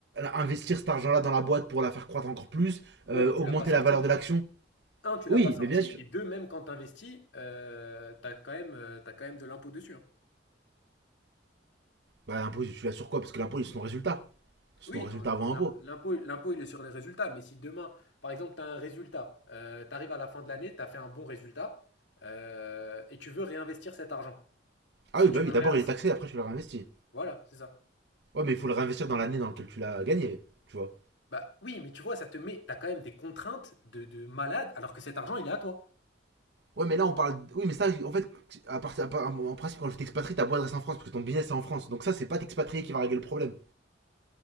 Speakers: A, on the right; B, on the left.
A: investir cet argent-là dans la boîte pour la faire croître encore plus, euh,
B: Ouais, mais
A: augmenter
B: tu l'as pas sorti.
A: la valeur de l'action.
B: Un, tu l'as
A: Oui,
B: pas sorti,
A: mais bien sûr.
B: et deux, même quand t'investis, euh, t'as quand même, euh, t'as quand même de l'impôt dessus. hein.
A: Bah l'impôt tu l'as sur quoi? Parce que l'impôt c'est ton résultat, c'est
B: Oui,
A: ton résultat
B: t'en- t'en-
A: avant
B: l'im-
A: impôt.
B: l'impôt, l'impôt, il est sur les résultats. Mais si demain, par exemple, tu as un résultat, euh, tu arrives à la fin de l'année, tu as fait un bon résultat euh, et tu veux réinvestir cet argent. Si
A: Ah oui,
B: tu
A: bah oui,
B: veux le
A: d'abord
B: réinvestir.
A: il est taxé, après tu le réinvestis.
B: Voilà, c'est ça.
A: Ouais, mais il faut le réinvestir dans l'année dans laquelle tu l'as gagné, tu vois.
B: Bah oui, mais tu vois, ça te met, t'as quand même des contraintes de, de malade alors que cet argent, il est à toi.
A: Ouais, mais là, on parle. Oui, mais ça, en fait, à part, à part- en principe, quand je t'expatrie, ta boîte reste en France parce que ton business est en France. Donc, ça, c'est pas t'expatrier qui va régler le problème.